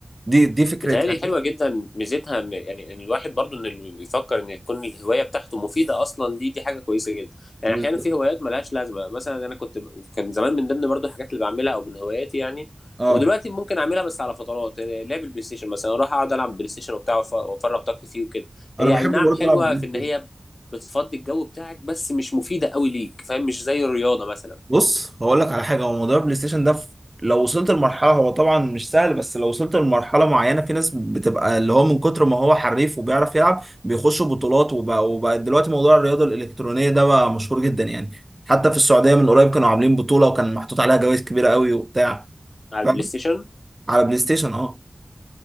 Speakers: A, on the right; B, on the left.
A: دي دي فكرتها
B: بتهيألي حلوة جدا ميزتها ان يعني إن الواحد برضو ان اللي بيفكر ان تكون الهواية بتاعته مفيدة اصلا ليه دي حاجة كويسة جدا يعني
A: بالظبط
B: احيانا في هوايات ملهاش لازمة مثلا انا كنت كان زمان من ضمن برضو الحاجات اللي بعملها او من هواياتي يعني
A: اه
B: ودلوقتي ممكن اعملها بس على فترات يعني لعب البلاي ستيشن مثلا اروح اقعد العب بلاي ستيشن وبتاع وأف- وافرغ طاقتي فيه وكده
A: انا
B: هي
A: بحب
B: اي نعم
A: برضه
B: حلوة
A: العب بلاي
B: في
A: ستيشن.
B: ان هي بتفضي الجو بتاعك بس مش مفيدة قوي ليك فاهم مش زي الرياضة مثلا
A: بص هقول لك على حاجه هو موضوع البلاي ستيشن ده ف- لو وصلت لمرحله هو طبعا مش سهل بس لو وصلت لمرحله معينه في ناس بتبقى اللي هو من كتر ما هو حريف وبيعرف يلعب بيخشوا بطولات وبقى, وبقى دلوقتي موضوع الرياضه الالكترونيه ده بقى مشهور جدا يعني حتى في السعوديه من قريب كانوا عاملين بطوله وكان محطوط عليها جوائز كبيره قوي وبتاع
B: على
A: فاهم
B: البلاي ستيشن
A: على بلاي ستيشن اه